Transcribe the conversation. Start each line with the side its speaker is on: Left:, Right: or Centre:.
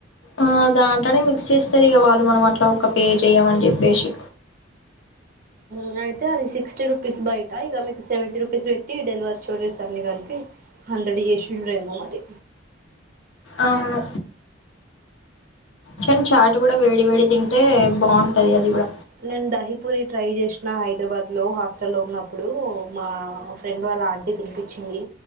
Left: ఆ దాంట్లోనే మిక్స్ చేస్తరు ఇగ వాళ్ళు మనం అట్ల ఒక పే చెయమని చెప్పేసి.
Right: ఇగ అయితే అది సిక్స్టీ రూపీస్ బయట, ఇగ మీకు సెవెంటీ రూపీస్ పెట్టి డెలివరీ చోర్జెస్ అన్ని కలిపి హండ్రెడ్ చేశిరేమో మరి
Left: అవును కనీ చాటు గుడ వేడి వేడి తింటే బాగుంటది అది గుడ
Right: నేను దహీపూరి ట్రై చేసిన హైదరాబాద్ లో హాస్టల్ల్లో ఉన్నప్పుడు మా ఫ్రెండ్ వాళ్ళ ఆంటీ తినిపిచ్చింది